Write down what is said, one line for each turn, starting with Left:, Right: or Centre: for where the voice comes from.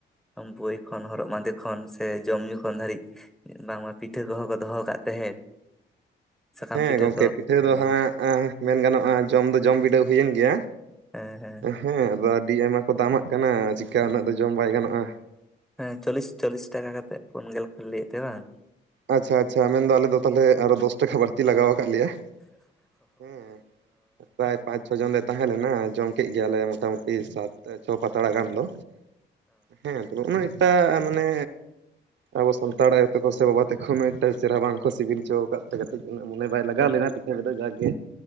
Centre: ᱵᱳᱭ ᱠᱷᱚᱱ ᱦᱚᱨᱚᱜ ᱵᱟᱸᱫᱮ ᱠᱷᱚᱱ ᱥᱮ ᱡᱚᱢ ᱧᱩ ᱠᱷᱚᱱ ᱫᱷᱟᱹᱨᱤᱡ ᱵᱟᱝᱢᱟ ᱯᱤᱴᱷᱟᱹ ᱠᱚᱦᱚᱸ ᱠᱚᱼᱼ ᱫᱚᱦᱚ ᱠᱟᱜ ᱛᱟᱦᱮᱸᱫ ᱥᱟᱠᱟᱢ
Right: ᱦᱮᱸ ᱜᱚᱢᱠᱮ
Centre: ᱠᱚ
Right: ᱯᱤᱴᱷᱟᱹ
Centre: ᱦᱮᱸ
Right: ᱫᱚ ᱦᱟᱸᱜ ᱢᱮᱱ ᱜᱟᱱᱚᱜᱼᱟ ᱡᱚᱢ ᱫᱚ ᱡᱚᱢ ᱵᱤᱰᱟᱹᱣ ᱦᱩᱭ ᱮᱱ ᱜᱮᱭᱟ
Centre: ᱦᱮᱸ ᱦᱮᱸᱼᱼ
Right: ᱦᱮᱸ ᱟᱫᱚ ᱟᱹᱰᱤ ᱟᱭᱢᱟ ᱠᱚ ᱫᱟᱢᱟᱜ ᱠᱟᱱᱟ ᱪᱮᱠᱟ ᱩᱱᱟᱹᱜ ᱫᱚ ᱡᱚᱢ ᱵᱟᱭ ᱜᱟᱱᱚᱜᱼᱟ
Centre: ᱦᱮᱸ ᱪᱚᱞᱞᱤᱥ ᱪᱚᱞᱞᱤᱥ ᱴᱟᱠᱟ ᱠᱟᱛᱮ ᱯᱩᱱ ᱜᱮᱞ ᱠᱚ ᱞᱟᱹᱭ ᱮᱫ ᱛᱮ ᱵᱟᱝᱼᱼ
Right: ᱟᱪᱪᱷᱟ ᱟᱪᱪᱷᱟ ᱢᱮᱱᱫᱚ ᱟᱞᱮ ᱫᱚ ᱛᱟᱦᱚᱞᱮ ᱟᱨᱚ ᱫᱚᱥ ᱴᱟᱠᱟ ᱵᱟᱹᱲᱛᱤ ᱞᱟᱜᱟᱣ ᱠᱟᱫ ᱞᱮᱭᱟ ᱦᱮᱸ ᱯᱨᱟᱭ ᱯᱟᱸᱪ ᱪᱷᱚ ᱡᱚᱱ ᱞᱮ ᱛᱟᱦᱮᱸᱞᱮᱱᱟ ᱡᱚᱢ ᱠᱮᱫ ᱜᱮᱭᱟᱞᱮ ᱢᱚᱴᱟᱢᱩᱴᱤ ᱥᱟᱛ ᱪᱷᱚ ᱯᱟᱛᱲᱟ ᱜᱟᱱ ᱫᱚ ᱦᱮᱸ ᱛᱚᱵᱮ ᱩᱱᱟᱹᱜ ᱮᱠᱴᱟ ᱢᱟᱱᱮ ᱟᱵᱚ ᱥᱟᱱᱛᱟᱲ ᱟᱭᱳ ᱛᱟᱠᱚ ᱥᱮ ᱵᱟᱵᱟ ᱛᱟᱠᱚ ᱦᱚᱸ ᱩᱱᱟᱹᱜ ᱮᱠᱴᱟ ᱪᱮᱦᱨᱟ ᱵᱟᱝᱠᱚ ᱥᱤᱵᱤᱞ ᱦᱚᱪᱚᱣ ᱠᱟᱫ ᱴᱤᱡ ᱩᱱᱟᱹᱜ ᱢᱚᱱᱮ ᱵᱟᱭ ᱞᱟᱜᱟᱣ
Centre: ᱦᱮᱸ
Right: ᱞᱮᱱᱟ ᱯᱤᱪᱷᱟᱹ ᱨᱮᱫᱚ ᱡᱟᱜᱜᱮ